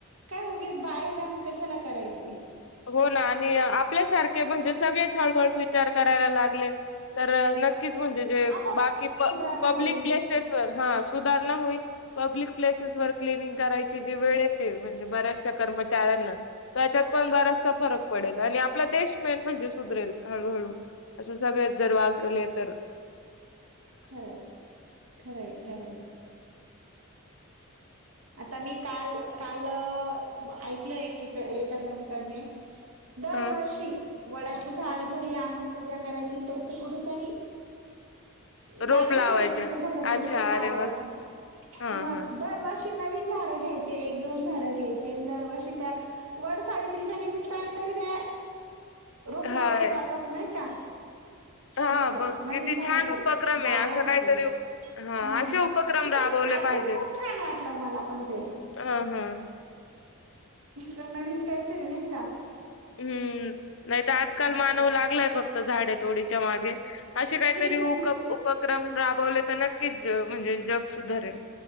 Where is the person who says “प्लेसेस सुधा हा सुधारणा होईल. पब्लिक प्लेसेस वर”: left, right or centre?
Left